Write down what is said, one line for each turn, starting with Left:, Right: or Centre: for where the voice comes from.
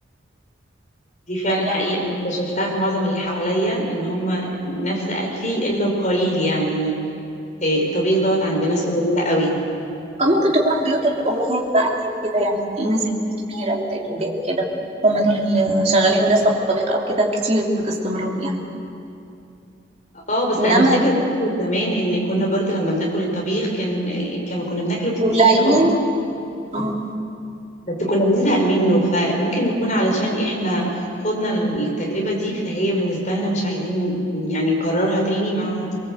Left: دي فعلا
Right: يعني
Left: حقيقة أنا اكتشفتها في معظم اللي حواليا إن هم نفس أكلي إلا القليل يعني إيه، الطبيخ دوت عند ناس قليلة قوي
Right: أو ممكن تكون بيوت الأمهات بقى هي اللي كده يعني الناس الكبيرة الجدات كده هم دول اللي شغالين لسه في الطبيخ أو كده كتير باستمرار يعني
Left: اه بس
Right: إنما
Left: أنا أفتكر برضه زمان إن كنا برضه لما بناكل الطبيخ كان كانوا كنا بناكله كتير
Right: القليل
Left: اه
Right: آه،
Left: بس كنا بنزهق منه فممكن نكون علشان إحنا خدنا التجربة دي فهي بالنسبة لنا مش عايزين يعني نكررها تاني مع